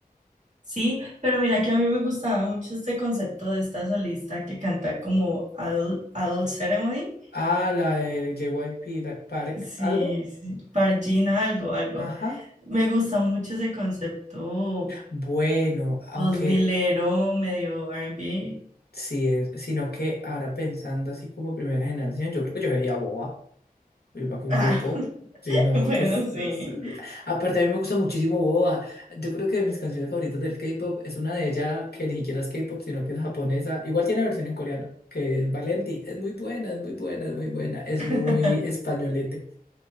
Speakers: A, on the right (about 50°); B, on the left (about 85°).
A: Sí, pero mira que a mí me gustaba mucho este concepto de esta solista que canta como Adult, Adult Ceremony.
B: Ah, la del JYP la- Park,
A: Sí,
B: ¿algo?
A: sí, Pargina algo, algo.
B: Ajá.
A: Me gusta mucho ese concepto
B: Bueno, aunque
A: dos milero, medio R&B.
B: sí es, sino que ahora pensando así como primera generación, yo creo que yo sería Boa. Oye, para que un
A: Ah,
B: grupo.
A: <laughs>
B: Sí, no,
A: bueno,
B: pues.
A: sí.
B: es- eh, Aparte, a mí me gusta muchísimo Boa. Yo creo que de mis canciones favoritas del K-pop es una de ella que ni siquiera es K-pop, sino que es japonesa. Igual tiene versión en coreano, que es Valenti. Es muy buena, es muy buena, es muy buena. Es
A: <laughs>
B: muy españolete.